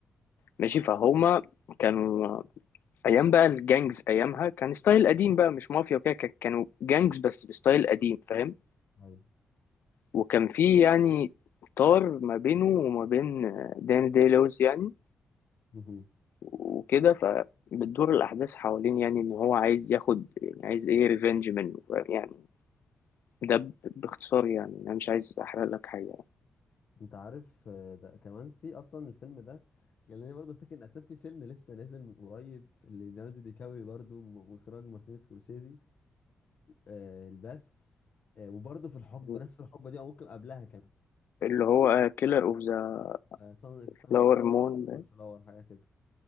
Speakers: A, on the left (about 65°); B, on the left (about 50°).
A: ماشي فهما كانوا ايام بقى الجانجز ايامها كان ستايل قديم بقى مش مافيا وكده كان- كانوا جانجز بس بستايل قديم فاهم
B: ايوه
A: وكان في يعني طار ما بينه وما بين داني دي لويس يعني
B: مهم.
A: وكده فبتدور الاحداث حوالين يعني ان هو عايز ياخد يعني عايز ايه ريفنج منه فاهم؟ يعني ده ب- باختصار يعني انا مش عايز احرق لك حاجه
B: انت عارف آه، ده كمان في اصلا الفيلم ده خليني برضه افتكر ان اساسا في فيلم لسه نازل من قريب ليوناردو دي كابري برضه م- من اخراج مارتين سكورسيزي آه بس آه وبرضه في الحقبه
A: يعني.
B: نفس الحقبه دي او ممكن قبلها كمان
A: اللي هو كيلر اوف ذا
B: آه سان سان
A: فلاور مون ده
B: فول فلاور حاجه كده